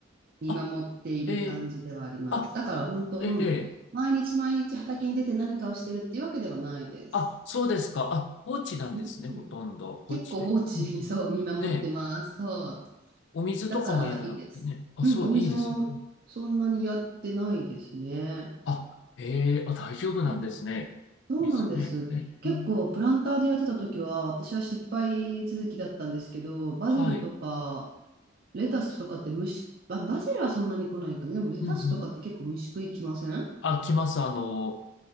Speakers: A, on the right; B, on the left.
A: 見守っている感じではあります。
B: あ、えー、あ、
A: だから本当、
B: えー、
A: うん、
B: えー
A: 毎日毎日畑に出て何かをしてるっていうわけではないです。
B: あ、そうですか。あ、放置なんですね、
A: うんうん
B: ほとんど。
A: 結構放置、
B: 放置という。うん、うん。
A: <laughs> そう、見守ってます。
B: で、
A: そう。
B: お水とかもやらなくてね。
A: だからいいです。
B: あ、
A: うん、
B: そう、
A: お水もそんなにやってないですね。
B: いいですね。あ、ええあ、大丈夫なんですね。
A: うんそうなんです。
B: 水ね。えー
A: 結構プランターでやってた時は私は失敗続きだったんですけど、バジルとか
B: はい。
A: レタスとかって虫、あ、バジルはそんなに来ないかな。でもレタスとかって結構虫食いきません
B: うん、うん。あ、来ます。あの、